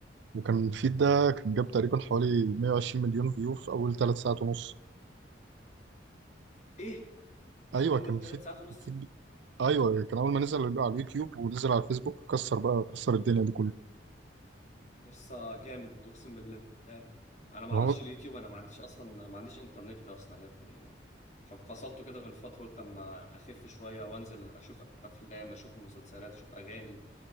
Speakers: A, on the right; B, on the left.
A: وكان الفيت ده كان جاب تقريبا حوالي 120 مليون فيو في أول ثلاث ساعات ونص
B: ايه
A: أيوه
B: اول
A: كان
B: ثلاث
A: فيت
B: ساعات ونص
A: فيت أيوه كان أول ما نزل على اليوتيوب ونزل على الفيسبوك كسر بقى كسر الدنيا دي
B: يسا جامد اقسم بالله انا ما
A: كلها
B: اعرفش اليوتيوب انا ما عنديش اصلا ما عنديش انترنت اصلا يا ابني فصلته كده من فتره قلت اما اخف شويه وانزل اشوف افلام اشوف مسلسلات اشوف اغاني